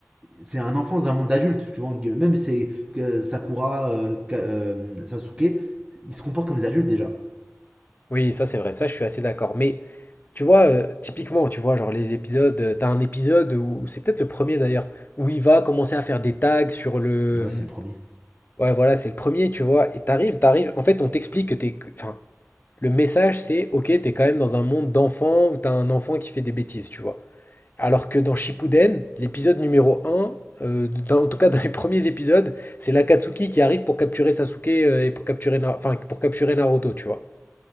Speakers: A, on the right; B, on the left.
A: c'est un enfant dans un monde adulte, tu vois, même c'est que Sakura euh, euh, Sasuke, ils se comportent comme des adultes déjà.
B: Oui, ça c'est vrai, ça je suis assez d'accord. Mais tu vois, euh, typiquement, tu vois, genre les épisodes, euh, t'as un épisode où, c'est peut-être le premier d'ailleurs, où il va commencer à faire des tags sur le...
A: Ouais, c'est
B: euh,
A: le premier.
B: Ouais, voilà, c'est le premier, tu vois, et t'arrives, t'arrives, en fait on t'explique que t'es... que- Enfin, le message c'est, ok, t'es quand même dans un monde d'enfants où t'as un enfant qui fait des bêtises, tu vois. Alors que dans Shippuden, l'épisode numéro un, euh, dans- en tout cas <laughs> dans les premiers épisodes, c'est l'Akatsuki qui arrive pour capturer Sasuke euh, et pour capturer, Na- enfin, pour capturer Naruto, tu vois.